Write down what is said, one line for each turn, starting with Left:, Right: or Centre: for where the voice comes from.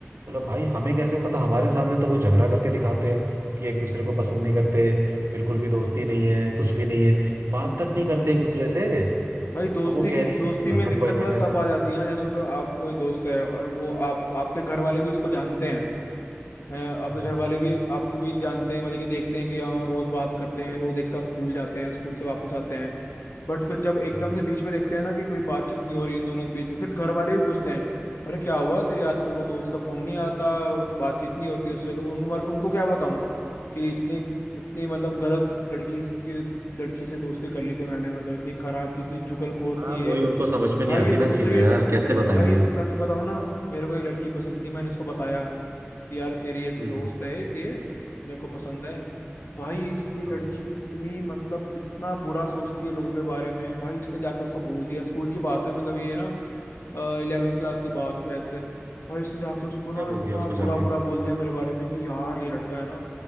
Right: बोला भाई हमें कैसे पता हमारे सामने तो वो झगड़ा करके दिखाते हैं कि एक दूसरे
Left: हम्म
Right: को पसंद
Left: हम्म।
Right: नहीं करते बिल्कुल भी दोस्ती नहीं है कुछ भी नहीं है बात
Left: हम्म।
Right: तक नहीं करते एक दूसरे से
Left: भाई
Right: अब
Left: दोस्ती
Right: वो कह
Left: की
Right: रही
Left: दोस्ती
Right: है गर्लफ्रेंड
Left: में दिक्कत
Right: बॉयफ्रेंड
Left: पता
Right: है
Left: तब आ जाती है ना जैसे सोचो आप कोई दोस्त है और वो आप आपके घर वाले भी उसको जानते हैं हैं
Right: हाँ
Left: आपके घर वाले भी आपको भी जानते हैं मतलब कि देखते हैं कि हाँ रोज बात करते हैं रोज एक साथ स्कूल जाते हैं स्कूल से वापस आते हैं बट फिर जब एकदम
Right: हाँ
Left: से बीच में देखते हैं ना कि कोई बातचीत नहीं हो रही इन दोनों के बीच में फिर घर वाले भी पूछते हैं अरे क्या हुआ तेरे आजकल वो दोस्त का फोन नहीं आता वो बातचीत नहीं होती उससे तो उन वाल- उनको क्या बताऊं कि इतनी इतनी मतलब गलत लड़की की लड़की से दोस्ती कर ली थी मैंने मतलब इतनी खराब थी इतनी चुगलखोर
Right: हाँ
Left: थी ये
Right: वही उनको समझ में नहीं
Left: भाई
Right: आती
Left: ये दूसरी
Right: ना चीजें यार कैसे बताएंगे
Left: भाई सच बताऊं ना मेरे को एक लड़की पसंद थी मैंने उसको बताया यार तेरी ऐसी
Right: हम्म
Left: दोस्त है एक ये मेरे को पसंद है भाई ये लड़की
Right: हाँ
Left: इतनी मतलब इतना बुरा सोचती है लोगों के बारे में भाई इसने जाके उसको बोल दिया स्कूल की बात है मतलब ये ना इलेवेंथ क्लास की बात है शायद से भाई इसने जाके उसको ना
Right: क्या
Left: इतना
Right: बोल दिया उसको
Left: बुरा
Right: जाके
Left: बुरा बोल दिया मेरे बारे में कि यार ये लड़का है ना